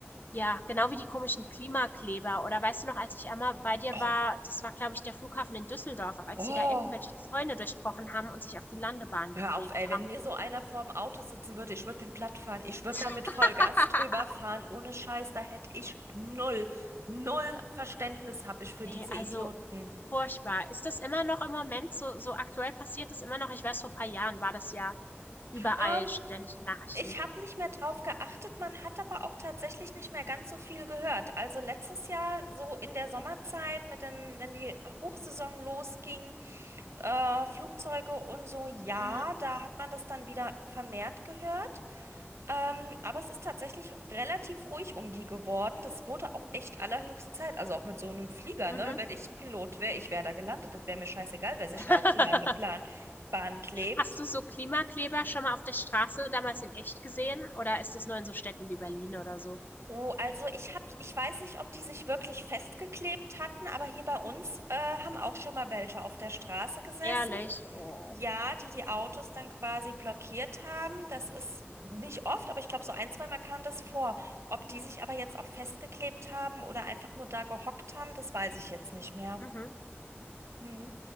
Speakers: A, on the left; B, on the right.
A: Ja, genau wie die komischen Klimakleber. Oder weißt du noch, als ich einmal bei dir
B: Oh.
A: war, das war, glaube ich, der Flughafen in Düsseldorf, als
B: Oh.
A: die da irgendwelche Zäune durchbrochen haben und sich auf die Landebahn
B: Hör
A: geklebt
B: auf, ey, wenn
A: haben.
B: mir so einer vorm Auto sitzen würde, ich würde den platt fahren. Ich
A: <laughs>
B: würde da mit Vollgas drüber fahren. Ohne Scheiß, da hätte ich null, null Verständnis habe ich für
A: Nee,
B: diese
A: also
B: Idioten.
A: furchtbar. Ist das immer noch im Moment so so aktuell passiert das immer noch? Ich weiß, vor ein paar Jahren war das ja überall
B: Ähm,
A: ständig in Nachrichten.
B: ich habe nicht mehr drauf geachtet. Man hat aber auch tatsächlich nicht mehr ganz so viel gehört. Also letztes Jahr so in der Sommerzeit mit den, wenn die Hochsaison losging, äh, Flugzeuge und so, ja,
A: Mhm,
B: da hat man das dann wieder vermehrt gehört. Ähm, aber es ist tatsächlich relativ ruhig um die geworden. Das wurde auch echt allerhöchste Zeit. Also auch mit so einem Flieger,
A: mhm.
B: ne? Wenn ich ein Pilot wäre, ich wäre da gelandet. Das wäre mir scheißegal, wer sich
A: <laughs>
B: da auf die Landeplan Bahn klebt.
A: Hast du so Klimakleber schon mal auf der Straße damals in echt gesehen oder ist das nur in so Städten wie Berlin oder so?
B: Oh, also ich hab, ich weiß nicht, ob die sich wirklich festgeklebt hatten, aber hier bei uns äh, haben auch schon mal welche auf der Straße gesessen.
A: Ehrlich? Oh.
B: Ja, die die Autos dann quasi blockiert haben, das ist nicht oft, aber ich glaube, so ein, zweimal kam das vor. Ob die sich aber jetzt auch festgeklebt haben oder einfach nur da gehockt haben, das weiß ich jetzt nicht mehr.
A: Mhm.
B: Hm.